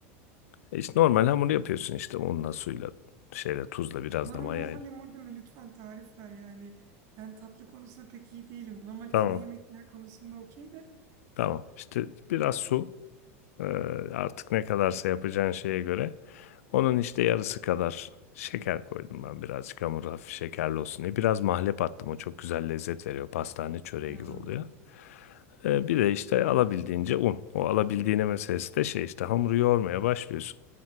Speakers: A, on the left (about 80°); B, on the right (about 40°).
A: E işte normal hamur yapıyorsun işte unla suyla şeyle tuzla biraz
B: Bana
A: da mayayla.
B: normal hamur deme lütfen tarif ver yani. Ben tatlı konusunda pek iyi değilim. Normal
A: Tamam
B: ana yemekler konusunda okey de.
A: tamam işte biraz su e, artık ne kadarsa yapacağın şeye göre onun işte yarısı kadar şeker koydum ben birazcık hamur hafif şekerli olsun diye biraz mahlep attım o çok güzel lezzet veriyor pastane çöreği
B: Ya.
A: gibi oluyor. E, bir de işte alabildiğince un. O alabildiğine meselesi de şey işte hamuru yoğurmaya başlıyorsun.